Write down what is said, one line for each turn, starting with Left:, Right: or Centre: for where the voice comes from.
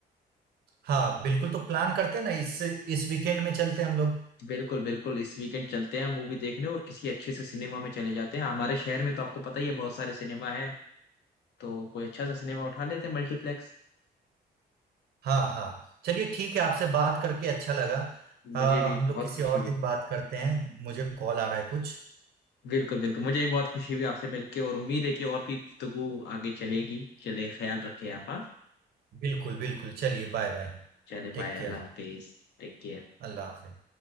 Right: हाँ बिल्कुल तो प्लान करते हैं ना इस इस वीकेंड में चलते हैं हम लोग
Left: बिल्कुल बिल्कुल इस वीकेंड चलते हैं मूवी देखने और किसी अच्छे से सिनेमा में चले जाते हैं हमारे शहर में तो आपको पता ही है बहुत सारे सिनेमा है तो कोई अच्छा सा सिनेमा उठा लेते हैं मल्टीप्लेक्स
Right: हाँ हाँ चलिए ठीक है आपसे बात करके अच्छा लगा
Left: मुझे
Right: आ,
Left: भी
Right: हम लोग
Left: बहुत
Right: किसी
Left: खुशी
Right: और
Left: हुई
Right: दिन बात करते हैं मुझे कॉल आ रहा है कुछ
Left: बिल्कुल बिल्कुल मुझे भी बहुत खुशी हुई आपसे मिलके और उम्मीद है कि और भी गुफ्तगू आगे चलेगी चले ख्याल रखे आप हाँ?
Right: बिल्कुल बिल्कुल चलिए बाय बाय
Left: चले
Right: टेक
Left: बाय
Right: केयर
Left: अल्लाह हाफिज टेक केयर
Right: अल्लाह हाफिज